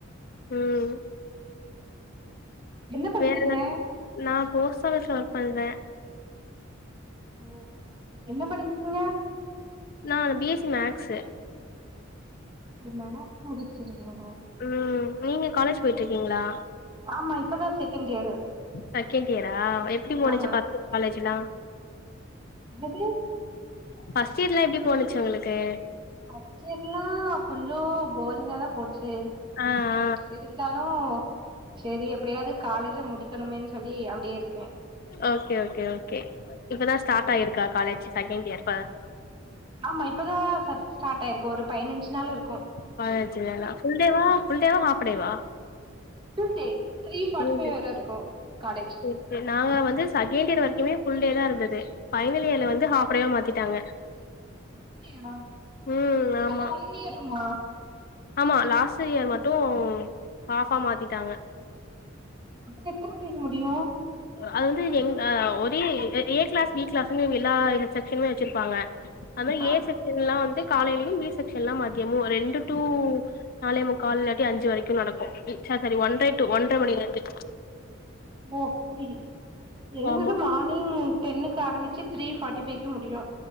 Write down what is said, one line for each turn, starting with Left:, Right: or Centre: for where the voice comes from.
Left: ம்
Right: என்ன பண்றீங்க
Left: வேற என்ன நா போஸ்ட் ஆஃபிஸ்ல ஒர்க் பண்றே
Right: ஓ என்ன படிக்குற
Left: நான் பி எஸ் சி மேக்ஸு
Right: இப்ப மேக்ஸ் முடிச்சிருக்கீங்களோ
Left: ம் நீங்க காலேஜ் போயட்டு இருக்கீங்களா
Right: ஆமா இப்பதா செகண்ட் இயரு
Left: செகண்ட் இயரா எப்டி போனச்சு
Right: ஆமா
Left: ஃபிரஸ்ட் இயர் காலேஜ்லா
Right: என்னது
Left: ஃபிரஸ்ட் இயர்லா எப்டி போனச்சு உங்ளுக்கு
Right: ஃபிரஸ்ட் இயர்லா கொஞ்சோ போரிங்காதா போச்சு
Left: ஆ ஆ
Right: செரி இருந்தாலு செரி எப்டியாவது காலேஜா முடிக்கணுமேன்னு சொல்லி அப்டியே இருக்கேன்
Left: ஓகே ஓகே ஓகே இப்பதா ஸ்டார்ட் ஆயிருக்கா காலேஜ் செகண்ட் இயர்
Right: ஆமா இப்பதா செரி ஸ்டார்ட் ஆயிருக்கு ஒரு பதினஞ்சு நாள் இருக்கும்
Left: பதினஞ்சு நாளா ஃபுல் டே வா ஃபுல் டே வா ஹாஃப் டே வா
Right: full day three forty
Left: full
Right: five
Left: day
Right: வர இருக்கு காலேஜ்
Left: செரி செரி நாங்க வந்து செகண்ட் இயர் வரைக்குமே ஃபுல் டே தா இருந்தது ஃபைனல் இயர்ல வந்து ஹாஃப் டே வா மாத்திட்டாங்க
Right: அப்டியா
Left: ம் ஆமா
Right: அந்த ஒன் இயருமா
Left: ஆமா லாஸ்ட் இயர் மட்டும் ஹாஃபா மாத்திட்டாங்க
Right: அப்ப எத்தன மணிக்கு முடியு
Left: அது வந்து எங் ஆ ஒரே ஏ கிளாஸ் பி கிளாஸ் எல்லா செக்ஷன்மே வச்சிருப்பாங்க அதுமாரி
Right: ஆ
Left: ஏ செக்ஷன் எல்லாம் வந்து காலையிலயும்பி செக்ஷன் எல்லா மத்தமும் ரெண்டு டூ நாலைமுக்கால் இல்லாட்டி அஞ்சு வரைக்கும் நடக்கும் சாரி சாரி ஒன்றரை டூ ஒன்றரை மணில இருந்து
Right: ஓ அப்டி எங்குளுது
Left: ஆமா
Right: மார்னிங் டென்னுக்கு ஆரபிச்சு த்ரீ ஃப்ட்டி ஃபைக்கு முடியு